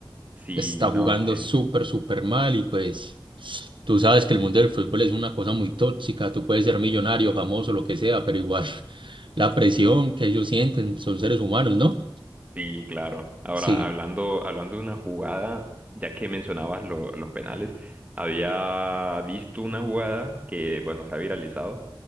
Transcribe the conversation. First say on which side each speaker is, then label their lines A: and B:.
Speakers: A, on the right; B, on the right.
A: Sí,
B: Está jugando
A: no, sí,
B: súper, súper mal y pues tú sabes que el mundo del fútbol es una cosa muy tóxica. Tú puedes ser millonario, famoso, lo que sea, pero igual <laughs> la presión que ellos sienten son seres humanos, ¿no?
A: sí, claro. Ahora,
B: Sí.
A: hablando, hablando de una jugada, ya que mencionabas lo- los penales, había visto una jugada que, bueno, se ha viralizado